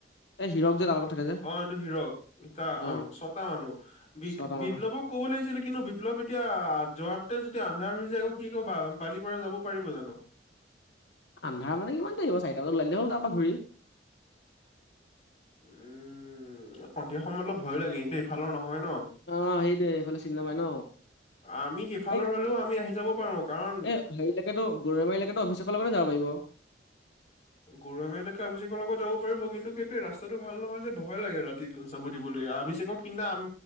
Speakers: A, on the left; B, on the left.
A: এই হিৰক যে তাৰ লগত থাকে যে
B: অ', হিৰক ইতা
A: অ
B: আ ছটা মানুহ বি
A: ছটা
B: বিপ্লৱক
A: মানৰ
B: ক'ব লাগিছিলে কিন্তু বিপ্লৱ এতিয়া যোৱাতে যদি আন্ধাৰ হৈ যায় আকৌ সি আ বালি পাৰা যাব পাৰিব জানোঁ।
A: আন্ধাৰ মানে কিমান দেৰি হ'ব চাৰিটা বজাত ওলালে হ'ল তাৰ পৰা ঘূৰি।
B: উম সন্ধিয়া সময়ত অলপ ভয় লাগে কিন্তু ইফালৰ নহয় ন।
A: অ সেইটোৱে এইফালে চিনি নাপাই ন
B: আমি সিফালৰ
A: এই
B: হ'লেও আমি আহি যাব পাৰো কাৰণ।
A: এ হেৰিলৈকেতো গৌৰীমাৰীলৈকেতো অফিচৰ লগতে যাব পাৰিব।
B: গৰমেকে <unintelligible> অভিষেকৰ লগত যাব পাৰিব কিন্তু সেইটোৱে ৰাস্তাটো ভাল নহয় যে ভয় লাগে ৰাতি চাব দিবলৈ অভিষেক সিনাম